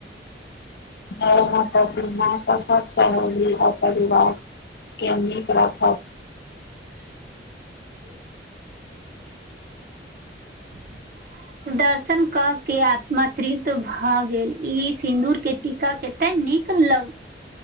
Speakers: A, on the left; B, on the right.
A: जय माता दी न कस सहली आ परिवार। केमनी खराब ख।
B: <unintelligible> <inaudible> दर्शन क के आत्म तृप भ गेल इ सिंन्दूर के टीका कते निक लग।